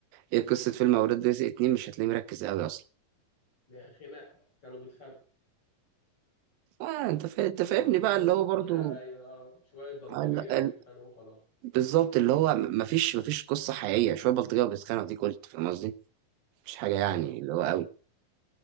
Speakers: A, on the right; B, on the left.
A: ايه قصه فيلم اولاد رزق اتنين مش هتلاقيه مركز قوي اصلا
B: يعني خناق كانوا بيتخانقوا
A: اه انت فا... انت فاهمني
B: القصه
A: بقى اللي هو
B: كلها
A: برضو
B: ايوه آه، شويه بلطجيه
A: آه، ال-
B: وبيتخانقوا
A: ال-
B: خلاص
A: بالظبط اللي هو م- مفيش مفيش قصه حقيقيه شويه بلطجيه وبيتخانقوا دي قلت فاهم قصدي مش حاجه يعني
B: اه
A: اللي
B: ما-
A: هو